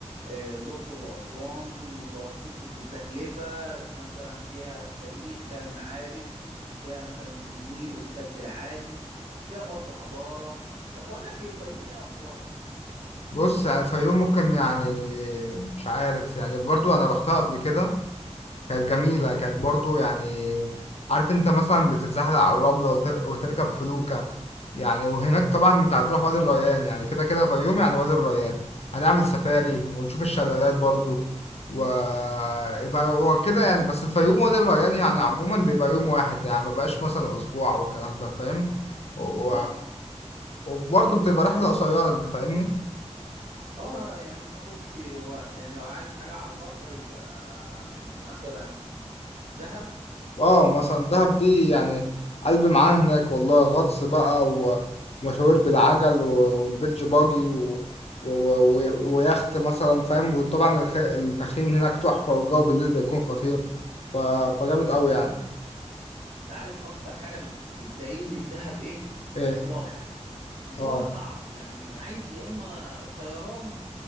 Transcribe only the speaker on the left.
بص يعني الفيوم ممكن يعني مش عارف يعني برضو انا رحتها قبل كده كانت جميلة كانت برضو يعني عارف انت مثلا بتتزحلق على الرملة وتر... وتركب فلوكة يعني وهناك طبعا انت هتروح وادي الريان يعني كده كده فيوم يعني وادي الريان هنعمل سفاري ونشوف الشلالات برضو و يبقى هو كده يعني بس الفيوم وادي الريان يعني عموما بيبقى يوم واحد يعني ما بقاش مثلا اسبوع والكلام ده فاهم و...
وبرضه بتبقى رحلة قصيرة انت فاهمني؟
اه مثلا دهب دي يعني قلبي معاها هناك والله غطس بقى و- ومشاوير بالعجل و- والبيتش باجي و... و... و... ويخت مثلا فاهم وطبعا الخ... التخييم هناك تحفة والجو بالليل بيكون خطير ف... فجامد قوي يعني
ايه
اه